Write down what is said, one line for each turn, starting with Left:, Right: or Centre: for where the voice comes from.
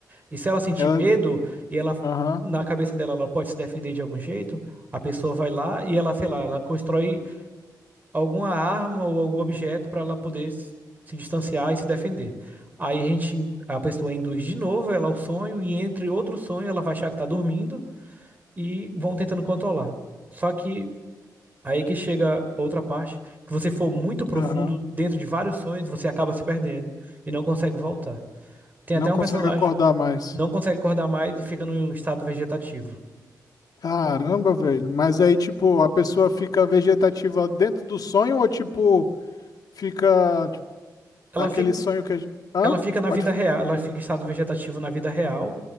Right: E se ela sentir
Left: Ela.
Right: medo e ela.
Left: Aham.
Right: Na cabeça dela, ela pode se defender de algum jeito. A pessoa vai lá e ela, sei lá, ela constrói alguma arma ou algum objeto para ela poder s- se distanciar e se defender. Aí a gente, a pessoa induz de novo ela ao sonho e entre outro sonho ela vai achar que tá dormindo e vão tentando controlar. Só que Aí que chega outra parte, que você for muito profundo
Left: Aham.
Right: dentro de vários sonhos, você acaba se perdendo e não consegue voltar. Tem
Left: Não
Right: até
Left: consegue
Right: um personagem
Left: acordar mais.
Right: que não consegue acordar mais e fica num estado vegetativo.
Left: Caramba, velho. Mas aí, tipo, a pessoa fica vegetativa dentro do sonho ou, tipo, fica tipo,
Right: Ela
Left: aquele
Right: fica,
Left: sonho que a gente. Hã?
Right: ela fica na
Left: Pode.
Right: vida real, ela fica em estado vegetativo na vida real,